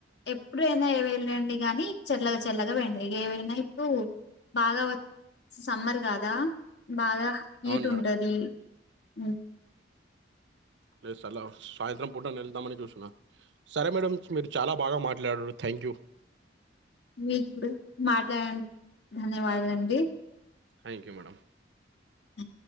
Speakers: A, on the left (about 70°); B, on the right (about 75°).
A: ఎప్పుడైనా ఏ వెళ్ళండి గానీ చల్లగా చల్లగా పోయండి ఇగ ఏవైనా ఇప్పు బాగా వ సమ్మర్ కాదా బాగా హీట్
B: అవును మేడం
A: ఉంటది. మ్
B: రే సరళ సాయంత్రం పూటన ఎళ్దామని చూస్తున్నా సరే మేడమ్ మీరు చాలా బాగ మాట్లాడరు థ్యాంక్ యూ.
A: మీకుడ మాట్లాడన్ ధన్యవాదాలండి.
B: Thank you madam.
A: అ